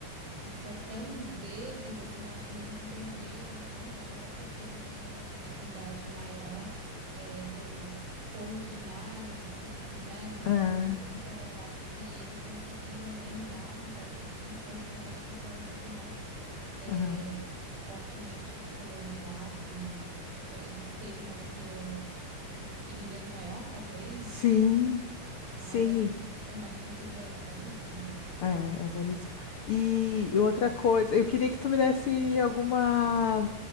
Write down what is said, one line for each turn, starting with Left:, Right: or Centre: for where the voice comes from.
Right: Isso é tão deles, assim, eu acho que eles não perderam tanto, acho até porque eles têm um pouco essa proximidade maior é, com o povo originário do, do, né, do Brasil,
Left: É,
Right: então eu acho que eles conseguiram herdar um pouco disso, a gente acho que foi um pouco mais é,
Left: é.
Right: fortemente colonizado e imigra- co- e teve uma mistura de imigrantes maior, talvez,
Left: Sim,
Right: não sei, mas
Left: sim.
Right: é muito, eu imagino que seja belíssimo.
Left: É, é belíssimo. E outra coisa, eu queria que tu me desse alguma.